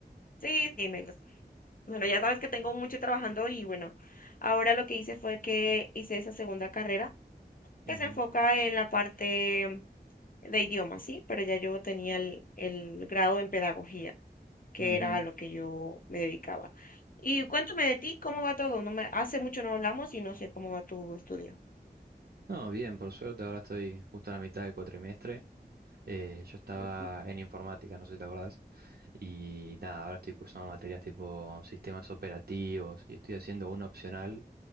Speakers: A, on the left (about 55°); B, on the right (about 65°).
A: Sí, sí, me gusta. Bueno, ya sabes que tengo mucho trabajando y bueno, ahora lo que hice fue que hice esa segunda carrera que
B: Ujú,
A: se enfoca en la parte de idiomas, sí, pero ya yo tenía el, el grado en pedagogía. que
B: ujú.
A: era a lo que yo me dedicaba. Y cuéntame de ti, ¿cómo va todo? No me, hace mucho no hablamos y no sé cómo va tu estudio.
B: No, bien, por suerte, ahora estoy justo a la mitad del cuatrimestre. Eh, yo estaba
A: Ujú.
B: en informática, no sé si te acordás. Y nada, ahora estoy cursando materias tipo sistemas operativos y estoy haciendo un opcional